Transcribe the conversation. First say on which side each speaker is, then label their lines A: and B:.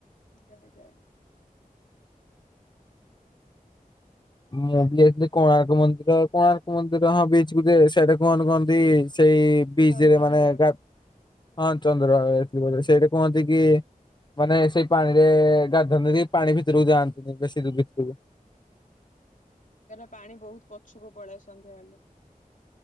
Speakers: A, on the left (about 60°); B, on the left (about 30°).
A: ଯାଏ ଯାଏ
B: ମୁଁ ବି ଯାଇଥିଲି କୋଣାର୍କ ମନ୍ଦିର, କୋଣାର୍କ ମନ୍ଦିର ହଁ ବିଚ କୁ ଯେ ସେଠେ କଣ କୁହନ୍ତି ସେଇ ବୀଚ
A: ଚନ୍ଦ୍ରଭାଗା
B: ରେ ମାନେ ଗା ହଁ ଚନ୍ଦ୍ରଭାଗା <unintelligible> ସେଇଠି କୁହନ୍ତି କି ମାନେ ସେଇ ପାଣିରେ ଗାଧାନ୍ତି ଯଦି ପାଣି ଭିତରକୁ ଯାଆନ୍ତିନି ବେଶୀ ଦୂ ଭିତରକୁ
A: କାଇଁ ନା ପାଣି ବହୁତ ପଛକୁ ପଳେଏ ସନ୍ଧ୍ୟା ହେଲେ